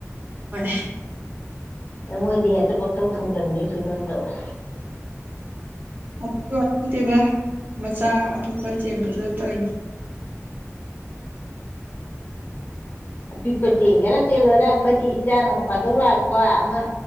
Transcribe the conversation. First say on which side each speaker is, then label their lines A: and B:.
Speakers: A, on the right (about 40°); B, on the left (about 40°).
A: ꯍꯣꯏ
B: ꯃꯣꯏꯗꯤ ꯍꯦꯚꯇ ꯄꯪꯇꯧ ꯍꯣꯡꯖꯤꯟꯕꯒꯤ ꯐꯤꯕꯝ ꯇꯧꯋꯦ꯫
A: ꯑꯗꯨꯗꯣ ꯅꯠꯇꯦꯗ ꯃꯆꯥ ꯑꯄꯤꯛꯄ ꯆꯦꯟꯕꯗꯨꯗ ꯇꯧꯔꯤꯅꯤ꯫
B: ꯑꯄꯤꯛꯄ ꯆꯦꯟꯒꯦꯔꯥ - ꯆꯦꯜꯂꯣꯏꯔ ꯑꯩꯈꯣꯏꯗꯤ ꯏꯆꯥ ꯅꯣꯡ ꯐꯥꯗꯣꯛ ꯂꯥꯛꯄ ꯑꯃ